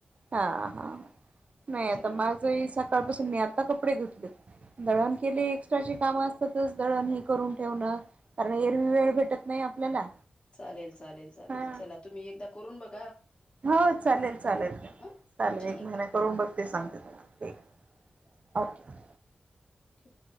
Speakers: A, on the right (about 45°); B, on the left (about 35°).
A: हा हा नाही
B: त्याच्यामुळं
A: आता माझही सकाळपासून मी आता कपडे घेतले दळण केली एक्स्ट्राची कामं असतातच दळण हे करून ठेवणं कारण एरवी वेळ भेटत नाही आपल्याला
B: चालेल चालेल चालेल
A: हा
B: चला तुम्ही एकदा करून बघ
A: हो चालेल चालेल
B: अ
A: चालेल
B: ठीक
A: एक महिना
B: आहे
A: करून बघते सांगते तुला क ओके
B: ठीक